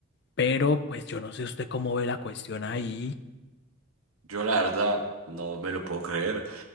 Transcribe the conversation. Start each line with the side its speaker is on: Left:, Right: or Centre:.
Left: Pero pues yo no sé usted cómo ve la cuestión ahí.
Right: Yo la verdad no me lo puedo creer.